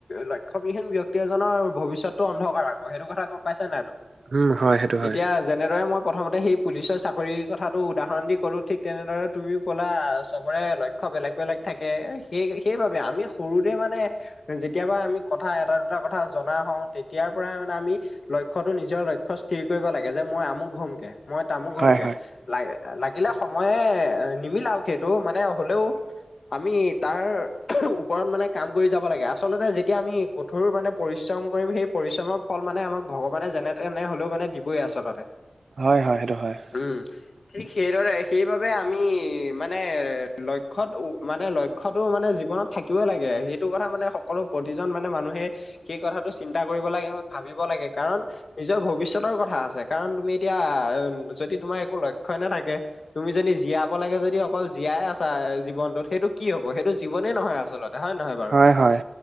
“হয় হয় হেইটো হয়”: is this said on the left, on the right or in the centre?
Right